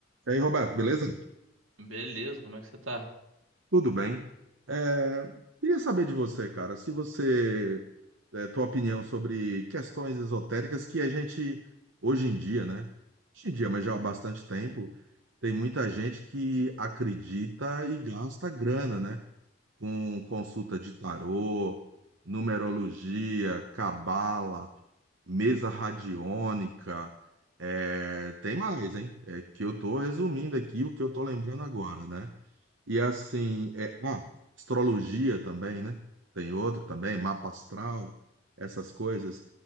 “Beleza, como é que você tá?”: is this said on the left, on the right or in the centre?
Right